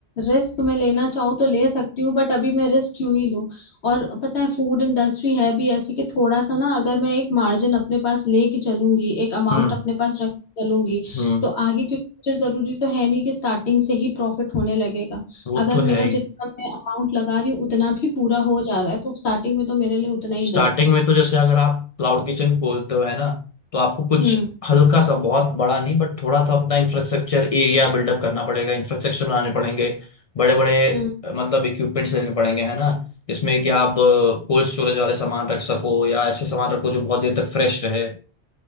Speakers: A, on the left; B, on the left.
A: रिस्क मैं लेना चाहूँ तो ले सकती हूँ बट अभी मैं रिस्क क्यों ही लूँ और पता है फूड इंडस्ट्री है भी ऐसी कि थोड़ा सा ना अगर मैं एक मार्जिन अपने पास लेके चलूंगी एक अमाउंट
B: हम्म
A: अपने पास रख के चलूंगी
B: हम्म
A: तो आगे क्योंकि मुझे जरूरी तो है नहीं कि स्टार्टिंग से ही प्रॉफिट होने लगेगा
B: वो
A: अगर
B: तो
A: मेरा
B: है ही
A: जितना मैं अमाउंट लगा रही हूँ उतना भी पूरा हो जा रहा है तो स्टार्टिंग में तो मेरे लिए उतना ही
B: स्टार्टिंग
A: बहुत है
B: में तो जैसे अगर आप क्लाउड किचन खोलते हो है ना तो आपको कुछ
A: हम्म
B: हल्का सा बहुत बड़ा नहीं बट थोड़ा सा अपना इंफ्रास्ट्रक्चर एरिया बिल्डअप करना पड़ेगा इंफ्रास्ट्रक्चर बनाने पड़ेंगे बड़े बड़े
A: हम्म
B: मतलब इक्विपमेंट्स लेने पड़ेंगे है ना जिसमें कि आप कोल्ड स्टोरेज वाले सामान रख सको या ऐसे सामान रखो जो बहुत देर तक फ्रेश रहे